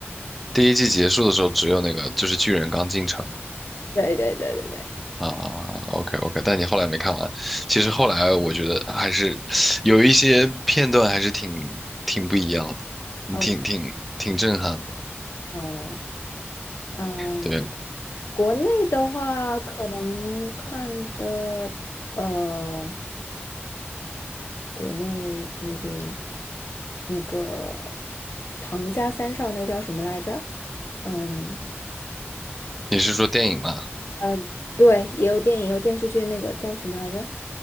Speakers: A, in the centre; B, on the left (about 70°).
A: 第一季结束的时候，只有那个就是巨人刚进城
B: 对对对对对，
A: 啊。OK OK，但你后来没看完。其实后来我觉得还是有一些片段还是挺挺不一样的，嗯挺挺挺震撼的。
B: 哦哦，嗯，
A: 对，
B: 国内的话可能看的呃。国内 maybe 那个唐家三少那个叫什么来着？嗯，
A: 你是说电影吗？
B: 嗯，对，也有电影，有电视剧，那个叫什么来着？